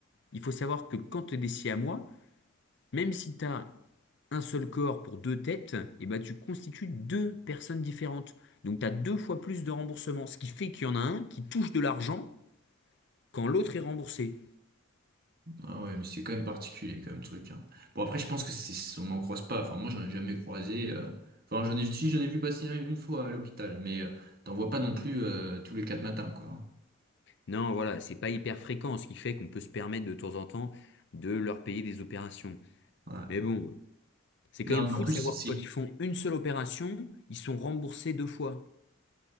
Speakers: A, on the left (about 55°); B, on the right (about 45°).
A: il faut savoir que quand tu es à moi, même si tu as un seul corps pour deux têtes, et bah tu constitues deux personnes différentes. Donc tu as deux fois plus de remboursement, ce qui fait qu'il y en a un qui touche de l'argent quand l'autre est remboursé.
B: Ah ouais, mais c'est quand même particulier comme truc. hein. Bon après je pense que c'est on n'en croise pas. Enfin moi j'en ai jamais croisé. euh, Enfin j'en ai si j'en ai vu passer un- une fois à l'hôpital, mais euh, t'en vois pas non plus euh, tous les quatre matins quoi. hein.
A: Non, voilà, c'est pas hyper fréquent, ce qui fait qu'on peut se permettre de temps en temps de leur payer des opérations.
B: Ouais.
A: Mais bon, c'est
B: Non
A: quand même
B: mais
A: fou
B: en plus
A: de savoir
B: c'est c'est-
A: que quand ils font une seule opération, ils sont remboursés deux fois.